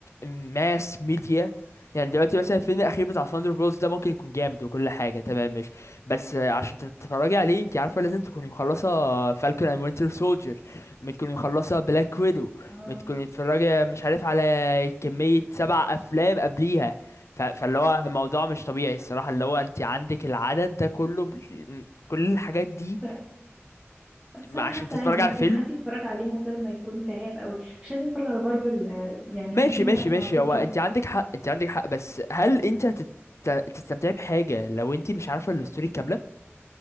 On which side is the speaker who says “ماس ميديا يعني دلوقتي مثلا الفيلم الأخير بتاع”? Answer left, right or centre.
Left